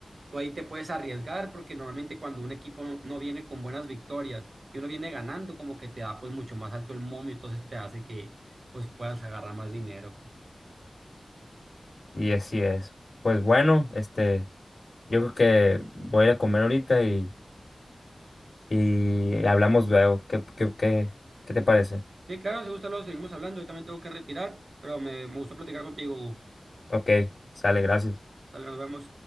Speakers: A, on the right (about 70°); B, on the left (about 65°).
A: Tú ahí te puedes arriesgar porque normalmente cuando un equipo no no viene con buenas victorias y uno viene ganando, como que te da pues mucho más alto el momio, entonces te hace que pues puedas agarrar más dinero, pues.
B: Y así es. Pues bueno, este, yo creo que voy a ir a comer ahorita y, y hablamos luego. ¿Qué, qué, qué, qué te parece?
A: Sí, claro, si gusta luego seguimos hablando, yo también tengo que retirar, pero me, me gustó platicar contigo, Hugo.
B: Ok, sale, gracias.
A: Sale, nos vemos.